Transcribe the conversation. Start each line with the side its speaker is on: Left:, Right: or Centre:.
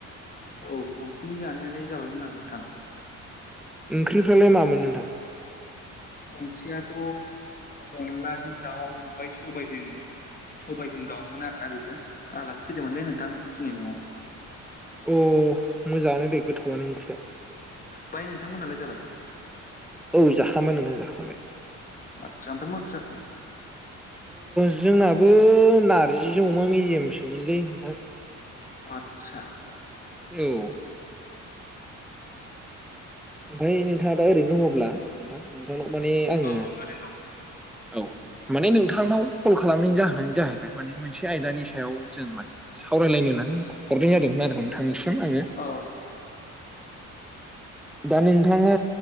Left: औ सानसुनि जानायालाय जाबायमोन आं नोंथां।
Centre: ओंख्रिफ्रालाय मामोन नोंथां?
Left: ओंख्रियाथ' अनलाजों दाउ ओमफ्राय सबायजों सबाइजों दाउमोन आरोना बेबो आलासि फैदोंमोनलै नोंथां दिनै न'आव।
Centre: अ मोजाङानो दे गोथावनो ओंख्रिया।
Left: बाय नोंथांमोनहालाय जाबाय?
Centre: औ जाखांबाय नोंथां जाखांबाय।
Left: आतसा ओमफ्राय मा ओंख्रि जाखो?
Centre: जोंनाबो नारजिजों अमा मेजेमसोमोनलै नोंथां।
Left: आतसा।
Centre: औ। ओमफाय नोंथाङा दा ओरैनो दङब्ला नोंथां नोंथांनाव माने आङो
Left: औ आं ओरैनो दं
Centre: औ माने नोंथांनाव कल खालामनायनि जाहोनानो जाहैबाय माने मोनसे आयदानि सायाव जों माने सावरायलायनो होननानै हरनाय जादोंमोन आरो नोंथांनिसिम आङो।
Left: औ
Centre: दा नोंथाङा